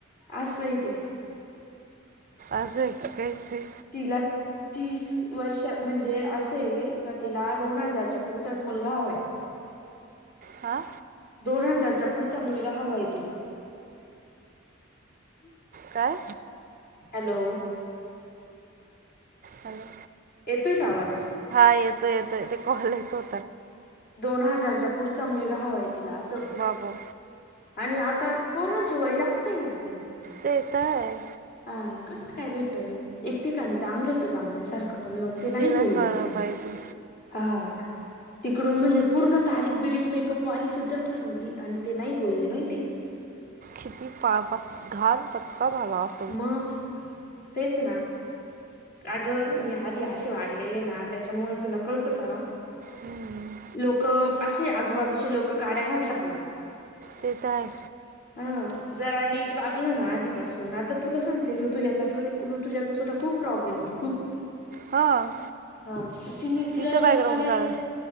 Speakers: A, on the left; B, on the right.
A: असंय तेे.
B: असंय काय ते?
A: तिला तीस वर्षा, म्हणजे असं आहे हे का तिला दोन हजारच्या पुढचाच मुलगा हवा आहे.
B: हां
A: दोन हजारचा पुढचा मुलगा हवा आहे तिला. <inaudible>
B: काय?
A: हॅलो!
B: हॅलो!
A: येतोय का आवाज?
B: येतोय येतोय, ते कॉले येत हो
A: दोन हजारच्या पुढचा मुलगा हवाय तिला, असं
B: बाबू
A: आणि आता पोरांचे वय जास्त आहे ना ग.
B: तेे तर आहे.
A: हा कसं काय भेटल, एक ठिकाणी चांगलं होतं जमण्यासारखं पण मग ते नाही
B: तिला
A: बोलले,
B: कळलं पाहिजे
A: हा. तिकडून म्हणजे पूर्ण तारीख बिरीक, मेकअपवाली सुद्धा ठरवली, आणि ते नाही बोलले माहिती का.
B: किती पा बा घाण पचका झाला अस
A: मग, तेच ना. अगं, ही आधी अशी वागलेली ना, त्याच्यामुळे तुला कळतं का?
B: हम्म
A: लोक असे आजूबाजूचे लोक काड्या घालतात ना
B: ते तर आहे
A: हा जरा नीट वागलं ना आधीपासूनच आता तुला सांगते ऋतुजचा ऋतुाचासुद्धा खूप प्रॉब्लेम येईल खूप
B: हां
A: हा ति तिला
B: तिचं बॅकग्राऊंड
A: जॉब करायचय
B: काढा